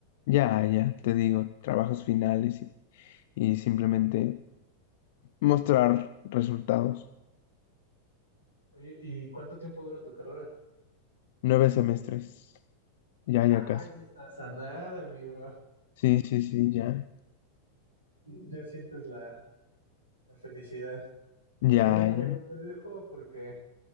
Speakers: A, on the left (about 50°); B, on the right (about 85°).
A: Ya, ya, te digo, trabajos finales y, y simplemente Mostrar resultados.
B: Oye, ¿y cuánto tiempo dura tu carrera?
A: Nueve semestres. Ya,
B: Ay,
A: ya casi.
B: no estás a nada, amigo.
A: Sí, sí, sí, ya.
B: Ya sientes la, la felicidad.
A: Ya,
B: Pues bueno, amigo,
A: ya.
B: te dejo porque